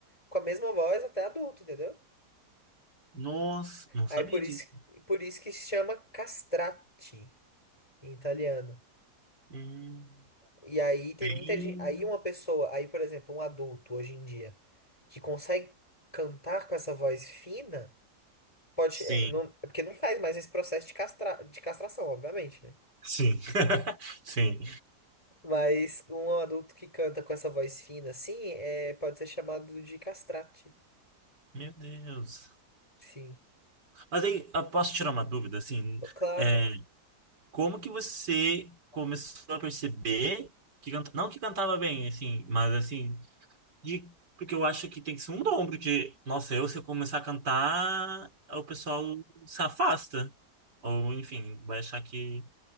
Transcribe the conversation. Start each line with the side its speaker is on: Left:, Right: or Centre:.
Left: com a mesma voz até adulto, entendeu?
Right: Nossa, não sabia
Left: Aí por
Right: disso.
Left: isso, por isso que se chama castrati em italiano.
Right: Hum,
Left: E aí tem
Right: bem.
Left: muita gente. Aí uma pessoa, aí, por exemplo, um adulto hoje em dia, que consegue cantar com essa voz fina, pode.
Right: Sim,
Left: é, não, é porque não faz mais esse processo de, castra, de castração, obviamente, né?
Right: sim, <laughs> sim.
Left: Mas um adulto que canta com essa voz fina, assim, é, pode ser chamado de castrate.
Right: Meu Deus.
Left: Sim.
Right: Mas aí, eu posso tirar uma dúvida, assim?
Left: Claro,
Right: É, como que você começou a perceber que canta... não que cantava bem, assim, mas assim, de, porque eu acho que tem que ser um ombro de, nossa, eu se eu começar a cantar, o pessoal se afasta. Ou, enfim, vai achar que